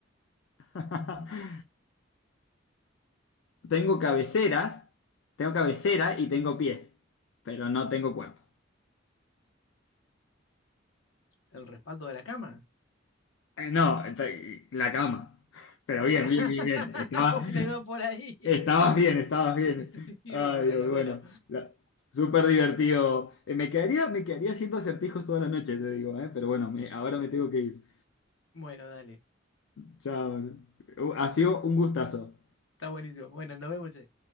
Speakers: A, on the left; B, on the left.
A: <laughs>
B: Mm,
A: Tengo cabeceras, tengo cabecera y tengo pie, pero no tengo cuerpo.
B: ¿El respaldo de la cama?
A: Eh, no, ent- la cama. Pero bien,
B: <laughs>
A: bien, bien, bien. Estaba-
B: Bueno, iba por ahí.
A: estabas bien, estabas bien.
B: <laughs> Sí, iba
A: Ay,
B: por ahí.
A: Dios,
B: Bueno,
A: bueno. la- súper divertido. Eh, me quedaría, me quedaría haciendo acertijos toda la noche, te digo, eh, Pero bueno, me- ahora me tengo que ir.
B: bueno, dale.
A: Chao. Uh, Ha sido un gustazo.
B: Está buenísimo. Bueno, nos vemos, che.